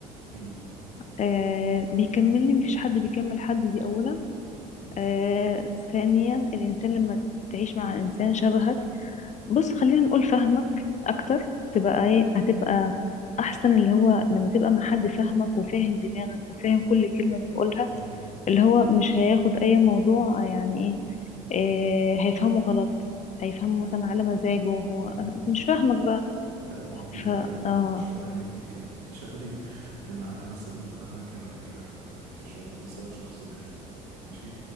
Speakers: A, on the right (about 75°); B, on the left (about 35°).
A: امم
B: آه بيكملني مفيش حد بيكمل حد دي اولا
A: ماشي
B: آه
A: <clears throat>
B: ثانيا الإنسان لما تعيش مع إنسان شبهك بص خلينا نقول فهمك أكتر تبقى إيه هتبقى أحسن اللي هو لما تبقى مع حد فاهمك وفاهم دماغك وفاهم كل كلمة بتقولها
A: مم.
B: اللي هو مش هياخد أي موضوع يعني إيه آه هيفهمه غلط هيفهمه مثلا على مزاجه هو
A: مم.
B: مش فاهمك بقى
A: لا ما هو في فرق
B: ف
A: بين
B: آه
A: شبهي وبيكملني شبهي بمعنى مثلا انا ك... ك... كشاب مثلا شخص بارد ماشي